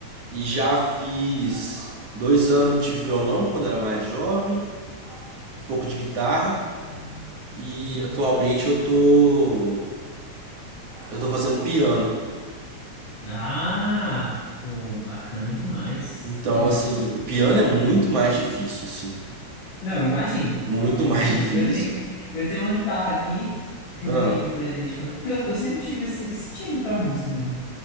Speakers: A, on the right; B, on the left.
A: E já fiz dois anos de violão quando era mais jovem, um pouco de guitarra. E
B: Uhum.
A: atualmente eu tô. Eu tô fazendo piano.
B: Ah, pô, bacana demais.
A: Então,
B: Que isso.
A: assim, o piano é muito mais difícil, assim.
B: Não, eu imagino.
A: Muito
B: Eu
A: mais
B: imagino.
A: <laughs> difícil.
B: Eu tenho, eu tenho uma guitarra aqui que
A: Ah,
B: eu ganhei de presente quando- porque eu, eu sempre tive esse estilo pra música mesmo.